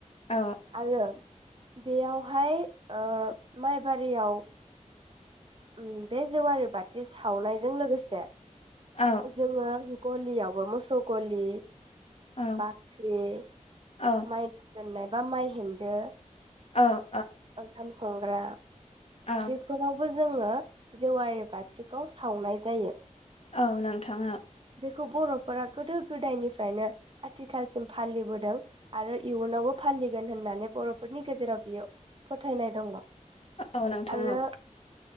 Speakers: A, on the left; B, on the right.
A: औ
B: आरो बेयावहाय ओ माइ बारियाव ओम बे जेवारि बाथि सावनायजों लोगोसे
A: औ
B: जोङो गलियावबो मोसौ गलि
A: औ
B: बाख्रि
A: औ
B: माइ बा माइहेनदो
A: औ।
B: ओंखाम संग्रा
A: औ
B: बेफोरावबो जोङो जेवारि बाथि। खौ सावनाय जायो।
A: औ नोंथाङा
B: बेखौ बर'फोरा गोदो गोदायनिफ्रायनो आथिखालसिम फालिबोदों आरो इयुनावबो फालिगोन होननानै बर'फोरनि गेजेराव बियो फोथायनाय दङ।
A: औ नोंथां
B: आरो
A: औ।